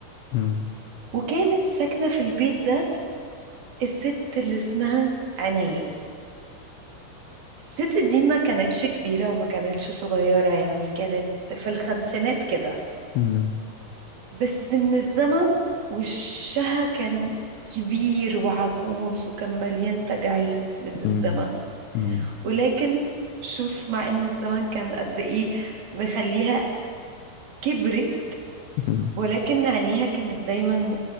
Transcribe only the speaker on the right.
وكانت ساكنة في البيت ده الست اللي اسمها عنايات الست دي ما كانتش كبيرة وما كانتش صغيرة يعني كانت في الخمسينات كده
بس من الزمن وشها كان كبير وعجوز وكان مليان تجاعيد من
الزمن
ولكن شوف مع ان الزمن كان قد ايه مخليها كبرت
ولكن عينيها كانت دايما